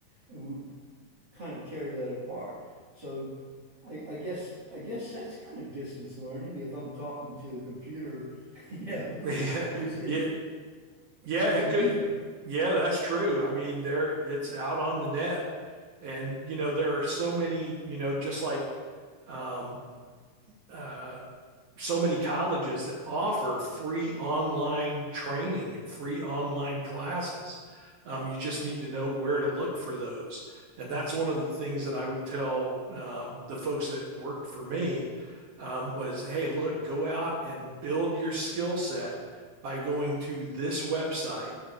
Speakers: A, on the right (about 35°); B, on the right (about 80°).
A: and we would kind of tear that apart. So I, I guess I guess that's kind of distance learning if I'm talking to a computer, <laughs> you know,
B: yeah,
A: who's in
B: yeah, Yeah,
A: who's
B: it
A: in
B: could.
A: ether.
B: Yeah, that's true. I mean, there it's out on the net, and you know there are so many. You know, just like um, uh, so many colleges that offer free online training and free online classes. Um, you just need to know where to look for those. And that's one of the things that I would tell um, the folks that worked for me um, was, hey, look, go out and build your skill set by going to this website